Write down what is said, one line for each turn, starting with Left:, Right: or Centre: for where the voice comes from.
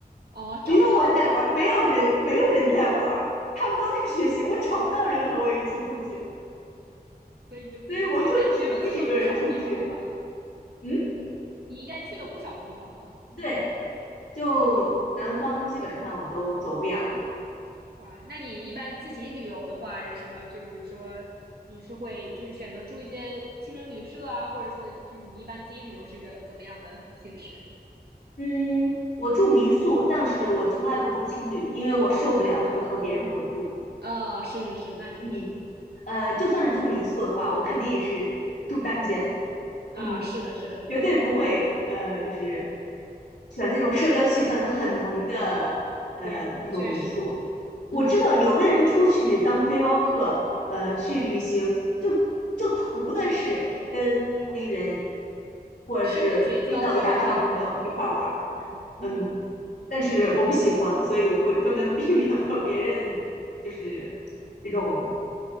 Right: 哦，找不到
Left: 只有我在玩，
Right: <laughs> 对搭子，
Left: 没有人没有人在玩，他们都在学习，我找不到人和我一起出去，
Right: 所以你就自己去。
Left: 所以我就只能一个人出去。
Right: 那你应该都去了不少地方吧？
Left: 嗯，
Right: 你应该去了不少地方吧？
Left: 对，就南方基本上我都走遍了。
Right: 哇，那你一般自己旅游的话，有什么？就比如说，你是会就是选择住一些青年旅社啊，或者说就是你一般自己旅游是个怎么样的形式？
Left: 嗯，我住民宿，但是我从来不住青旅，因为我受不了就是和别人混住。
Right: 啊？是是是，那确实
Left: 嗯，呃，就算是住民宿的话，我肯定也是住单间。
Right: 啊，
Left: 嗯，
Right: 是的，是的，是的，
Left: 绝对不会呃，
Right: 嗯，
Left: 就是选那种社交气氛很浓的呃那种民宿。
Right: 是确实，嗯，
Left: 我知道有的人出去当背包客，呃，去旅行，就就图的是跟同龄人，或者是遇到一大票朋友一块儿玩儿，
Right: 是结交不同的人，是嗯，
Left: 嗯，但是我不喜欢，所以我会专门 <laughs> 避免和别人就是这种